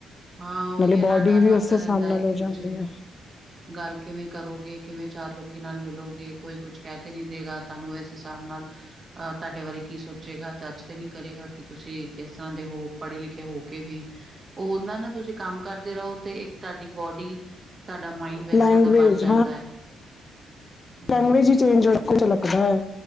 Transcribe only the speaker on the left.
ਨਾਲੇ
ਬੋਡੀ
ਵੀ
ਉਸੇ ਹਿਸਾਬ
ਨਾਲ
ਹੋ
ਜਾਂਦੀ ਹੈ
ਲੈਂਗੁਏਜ
ਲੈਂਗੂਏਜ ਹੀ ਚੇਂਜ ਲਕਦਾ ਹ